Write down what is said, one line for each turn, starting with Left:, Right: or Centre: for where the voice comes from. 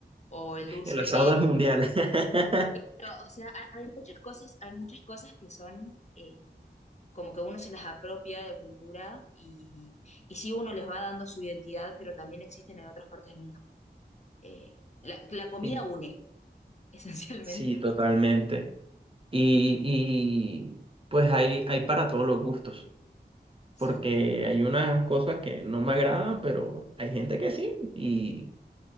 Left: o el dulce
Right: El asado
Left: de leche
Right: es mundial. <laughs>
Left: pero, o sea, ha- hay muchas cosas, hay muchas cosas que son eh, como que uno se las apropia de cultura y, y sí uno les va dando su identidad, pero también existen en otras partes del mundo. Eh, la, la comida
Right: Sí,
Left: une, <laughs> esencialmente.
Right: sí, totalmente. Y, y, pues hay, hay para todos los gustos,
Left: Sí,
Right: porque hay unas cosas que no me agradan, pero hay gente que sí, y,